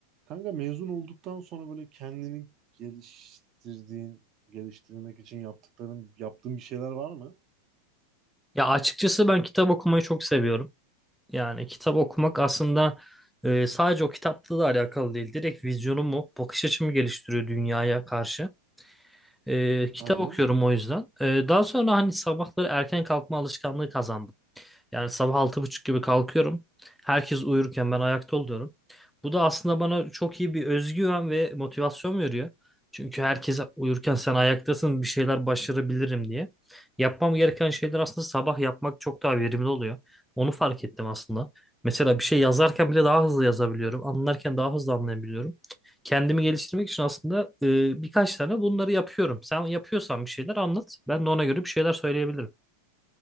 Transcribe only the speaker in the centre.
Ya açıkçası ben kitap okumayı çok seviyorum. Yani kitap okumak aslında e, sadece o kitapla da alakalı değil. Direkt vizyonumu, bakış açımı geliştiriyor dünyaya karşı. E, kitap
okuyorum o yüzden. E, daha sonra hani sabahları erken kalkma alışkanlığı kazandım. Yani sabah altı buçuk gibi kalkıyorum. Herkes uyurken ben ayakta oluyorum. Bu da aslında bana çok iyi bir özgüven ve motivasyon veriyor. Çünkü herkes uyurken sen ayaktasın bir şeyler başarabilirim diye. Yapmam gereken şeyler aslında sabah yapmak çok daha verimli oluyor. Onu fark ettim aslında. Mesela bir şey yazarken bile daha hızlı yazabiliyorum. Anlarken daha hızlı anlayabiliyorum. Kendimi geliştirmek için aslında e, birkaç tane bunları yapıyorum. Sen yapıyorsan bir şeyler anlat. Ben de ona göre bir şeyler söyleyebilirim.